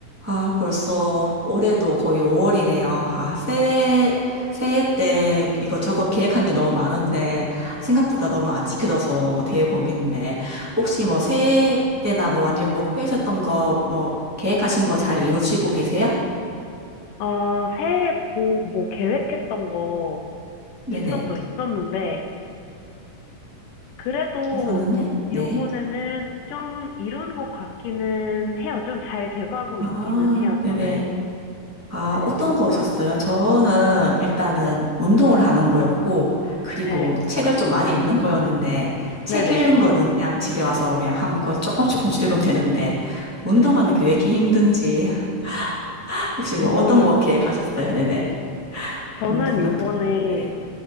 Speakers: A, in the centre; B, on the left (about 75°).
A: 아, 벌써 올해도 거의 5월이네요. 아, 새해, 새해 때 이것저것 계획한 게 너무 많은데, 생각보다 너무 안 지켜져서 되게 고민인데, 혹시 뭐 새해 때나 뭐 아니면 목표하셨던 거, 뭐 계획하신 거 잘 이루시고 계세요?
B: 아, 새해 뭐, 뭐 계획했던 거
A: 네네.
B: 있었죠, 있었는데, 그래도
A: 있었는데?
B: 요번에는
A: 네.
B: 좀 이룬 것 같기는 해요. 좀 잘 돼가고
A: 아,
B: 있기는 해요,
A: 네네.
B: 저는.
A: 아,
B: 네,
A: 어떤
B: 요-
A: 거셨어요? 저는 일단은
B: 네,
A: 운동을 하는 거였고, 그리고
B: 네,
A: 책을 좀 많이 읽는 거였는데, 책
B: 네 네, 네.
A: 읽는 거는 그냥 집에 와서 그냥 한권 조금 조금씩 읽으면 되는데, 운동하는
B: 네.
A: 게 왜 이렇게 힘든지, <laughs> 혹시
B: 운동은,
A: 뭐 어떤 거 계획하셨어요? 네네.
B: 저는
A: 운동 같은
B: 요번에,
A: 거. 네네.